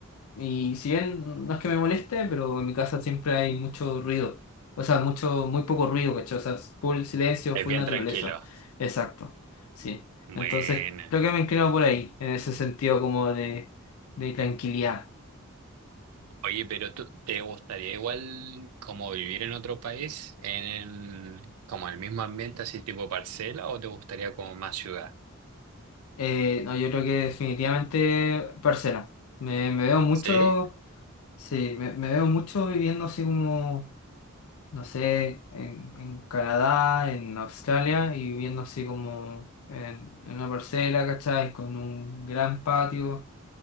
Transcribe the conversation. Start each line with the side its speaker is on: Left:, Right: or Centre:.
Left: Y si bien no es que me moleste, pero en mi casa siempre hay mucho ruido. O sea, mucho, muy poco ruido, ¿cachai? O sea, es full silencio,
Right: Es
Left: full
Right: bien
Left: naturaleza.
Right: tranquilo.
Left: Exacto. Sí.
Right: Buena.
Left: Entonces, creo que me inclino por ahí, en ese sentido como de, de tranquilidad.
Right: Oye, pero tú, ¿te gustaría igual como vivir en otro país, en el, como el mismo ambiente, así tipo parcela, o te gustaría como más ciudad?
Left: Eh, no, yo creo que definitivamente parcela. Me, me veo mucho,
Right: ¿Sí?
Left: sí, me, me veo mucho viviendo así como no sé, en, en Canadá, en Australia, y viviendo así como en, en una parcela, ¿cachai? Con un gran patio.